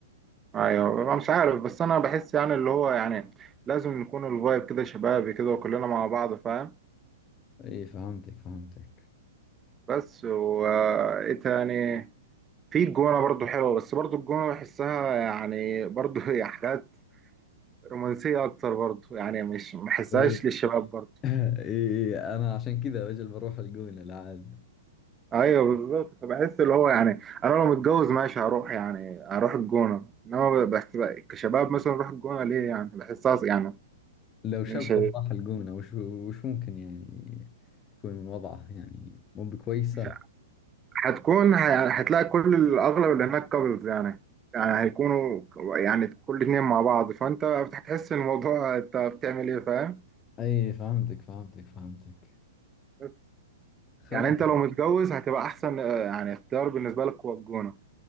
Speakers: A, on the right (about 20°); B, on the left (about 25°).
A: ايوه أنا مش عارف بس انا بحس يعني اللي هو يعني لازم نكون الفايب كده شبابي كده وكلنا مع بعض فاهم
B: اي فهمتك فهمتك
A: بس وايه تاني في الجونه برضو حلوه بس برضو الجونه بحسها يعني برضو <laughs> هي حاجات رومانسيه اكتر برضو يعني مش ما بحسهاش
B: ايه
A: للشباب برضو
B: <laughs> اي انا عشان كذا اجل بروح الجونة العاد
A: ايوه بالظبط فبحس اللي هو يعني انا لو متجوز ماشي هروح يعني هروح الجونه انما بس بقى كشباب مثلا اروح الجونه ليه يعني بحسها يعني
B: لو شاب
A: مش
B: راح الجونة وش وش ممكن يعني يكون وضعه يعني مو بكويسة
A: مش هتكون هي- هتلاقي كل الاغلب اللي هناك كابلز يعني يعني هيكونوا يعني كل اتنين مع بعض فانت هتحس ان الموضوع انت بتعمل ايه فاهم
B: اي فهمتك فهمتك فهمتك
A: بس
B: خلاص
A: يعني انت لو متجوز هتبقى احسن آه، يعني اختيار بالنسبه لك هو الجونه